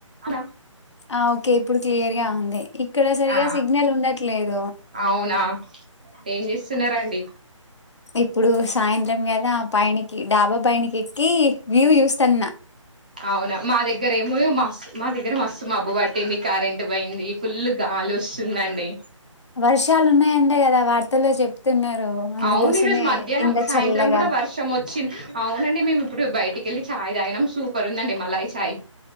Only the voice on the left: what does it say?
ఆ ఓకే ఇప్పుడు క్లియర్ ఉంది ఇక్కడ సరిగా
సిగ్నల్ ఉండట్లేదు
ఇప్పుడు సాయంత్రం కదా పైనకి డాబా పైనకి ఎ ఈ వ్యూ చూస్తాన్నా
వర్షాలు ఉన్నాయంట గదా వార్తల్లో చెప్తున్నారు అందుకోసమే
ఇంత
చల్లగా